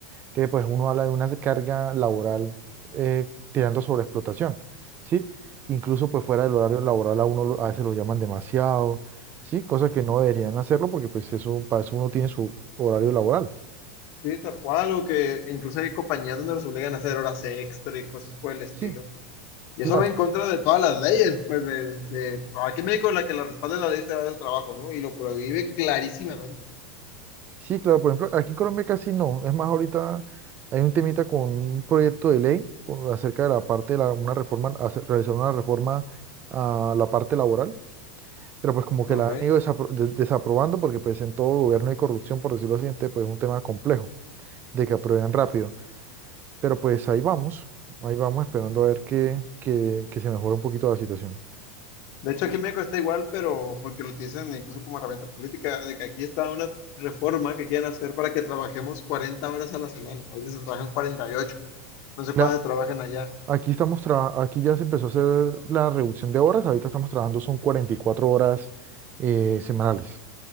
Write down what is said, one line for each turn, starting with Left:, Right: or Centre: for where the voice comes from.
Right: que pues uno habla de una carga laboral eh, tirando sobre explotación, ¿sí? Incluso pues fuera del horario laboral a uno lo- a veces lo llaman demasiado, ¿sí? Cosas que no deberían hacerlo porque pues eso, para eso uno tiene su horario laboral,
Left: Sí, tal cual, o que incluso hay compañías donde los obligan a hacer horas extra y cosas por el estilo.
Right: ¿sí?
Left: Y
Right: Claro.
Left: eso va en contra de todas las leyes, pues de, de aquí en México la que la respalda es la ley federal del trabajo, ¿no? Y lo prohíbe clarísimamente.
Right: Sí, claro, por ejemplo, aquí en Colombia casi no. Es más, ahorita hay un temita con un proyecto de ley o- acerca de la parte de la- una reforma, hace- realizar una reforma a la parte laboral, pero pues como
Left: Ok.
Right: que la han ido desapro- de- desaprobando porque pues en todo gobierno hay corrupción, por decirlo así, entonces pues es un tema complejo de que aprueben rápido. Pero pues ahí vamos, ahí vamos esperando a ver que, que, que se mejore un poquito la situación.
Left: De hecho, aquí en México está igual, pero porque lo utilizan incluso como herramienta política, de que aquí está una reforma que quieren hacer para que trabajemos 40 horas a la semana. Ahorita se trabajan cuarenta y ocho No sé
Right: La-
Left: cuántas se trabajan allá.
Right: aquí estamos, tra- aquí ya se empezó a hacer la reducción de horas, ahorita estamos trabajando son 44 horas eh, semanales.